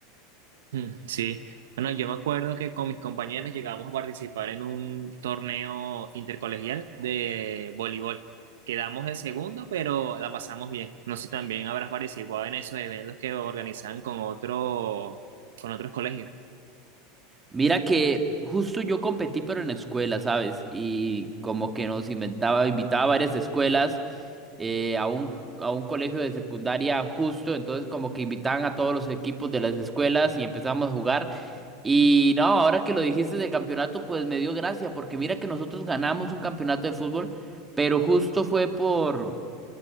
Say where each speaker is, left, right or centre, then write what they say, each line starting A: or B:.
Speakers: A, on the right (about 75°); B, on the right (about 15°).
A: Mm, Sí, bueno, yo me acuerdo que con mis compañeros llegamos a participar en un torneo intercolegial de voleibol. Quedamos de segundo, pero la pasamos bien. No sé si también habrás participado en esos eventos que organizan con otro, con otros colegios.
B: Mira que justo yo competí, pero en la escuela, ¿sabes? Y como que nos inventaba, invitaba a varias escuelas, eh, a un, a un colegio de secundaria justo, entonces como que invitaban a todos los equipos de las escuelas y empezamos a jugar. Y no, ahora que lo dijiste del campeonato, pues me dio gracia, porque mira que nosotros ganamos un campeonato de fútbol, pero justo fue por,